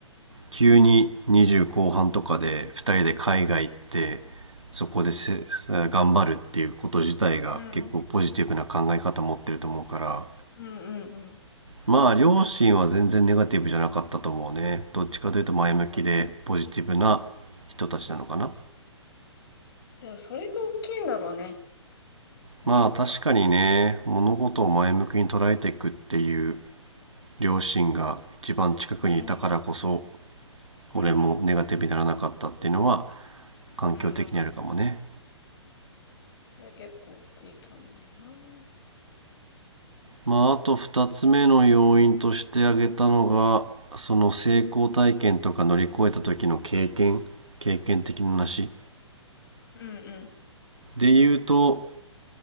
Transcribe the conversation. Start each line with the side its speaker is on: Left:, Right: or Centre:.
Right: 急に20後半とかで2人で海外行って、そこでせ頑張るっていうこと自体が結構ポジティブな考え方持ってると思うから、
Left: そうだよね。うん。うんうんうん。
Right: まあ両親は全然ネガティブじゃなかったと思うね。どっちかというと前向きでポジティブな人たちなのかな。
Left: うんいや、それが大きいんだろうね。やっぱ。
Right: まあ確かにね、物事を前向きに捉えていくっていう
Left: うん。
Right: 両親が一番近くにいたからこそ、
Left: うんうん。
Right: 俺もネガティブにならなかったっていうのは環境的にあるかもね。
Left: うん。うんそれ結構大きいと思うな。
Right: まああと2つ目の要因として挙げたのが、
Left: なるほどね。
Right: その成功体験とか乗り越えた時の経験、経験的な話。
Left: うんうん。
Right: で言うと、